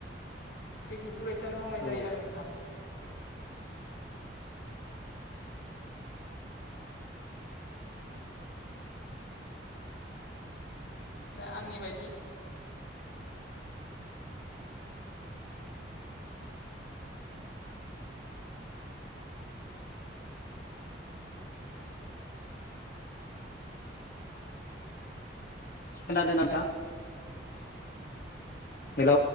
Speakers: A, on the left (about 75°); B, on the left (about 50°).
A: थिग बेफोरबायसानो मावनाय
B: औ
A: जायो आरो नोंथां। दा आंनि बायदि
B: खोनादोंना नोंथां? हेल'।